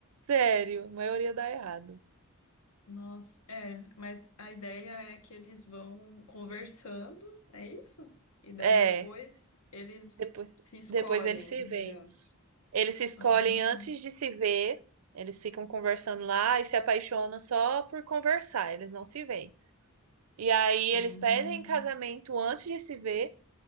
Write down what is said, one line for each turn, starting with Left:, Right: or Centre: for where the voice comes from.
Right: Sério, a maioria dá errado.
Left: Nossa, é, mas a ideia é que eles vão conversando, é isso? E daí
Right: É,
Left: depois eles
Right: depois,
Left: se escolhem,
Right: depois eles se veem.
Left: digamos.
Right: Eles se escolhem
Left: Ah,
Right: antes de se ver. Eles ficam conversando lá e se apaixonam só por conversar. Eles não se veem. E aí
Left: hum,
Right: eles pedem casamento antes de se ver.